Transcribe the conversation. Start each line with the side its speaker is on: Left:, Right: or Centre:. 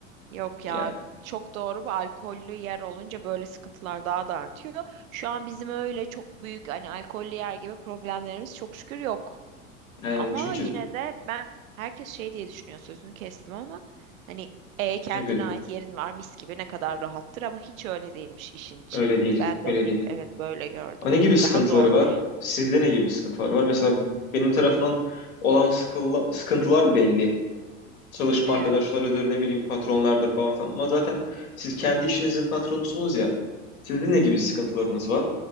Right: Yok
Left: Ya-
Right: ya çok doğru bu alkollü yer olunca böyle sıkıntılar daha da artıyor. Şu an bizim öyle çok büyük hani alkollü yer gibi problemlerimiz çok şükür yok.
Left: Yani
Right: Ama
Left: çünkü
Right: yine de ben herkes şey diye düşünüyor sözünü kestim ama hani e kendine
Left: buyur
Right: ait yerin var mis gibi ne kadar rahattır ama hiç öyle değilmiş işin içi.
Left: öyle değil
Right: Ben de
Left: öyle
Right: gir-
Left: değil.
Right: evet böyle gördüm.
Left: Aa, Ne gibi sıkıntıları
Right: Daha zormuş.
Left: var? Sizde ne gibi sıkıntılar var? Mesela benim tarafından olan sıkılla- sıkıntılar belli. Çalışma
Right: Evet.
Left: arkadaşlarıdır, ne bileyim patronlardır falan falan. Ama zaten siz kendi işinizin patronusunuz ya. Sizin ne gibi sıkıntılarınız var?